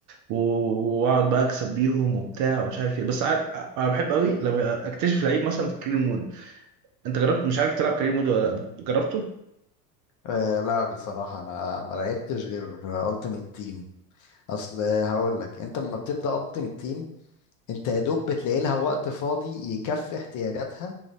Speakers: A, on the right; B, on the left.
A: و- واقعد بقى اكسب بيهم وبتاع ومش عارف ايه بس عارف أنا بحب قوي لما اكتشف لعيب مثلا في كارير مود انت جربت مش عارف تلعب كارير مود ولا لا جربته
B: آه لا بصراحة أنا ما لعبتش غير ألتيميت تيم اصل هقول لك انت لما بتبدا التيمت تيم انت يا دوب بتلاقي لها وقت فاضي يكفي احتياجاتها